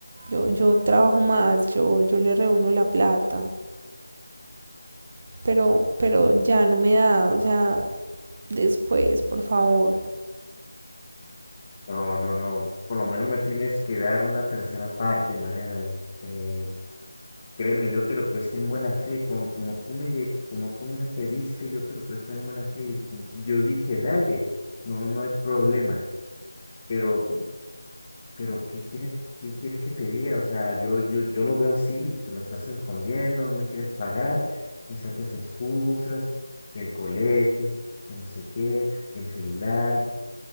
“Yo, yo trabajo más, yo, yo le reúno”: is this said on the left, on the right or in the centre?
Right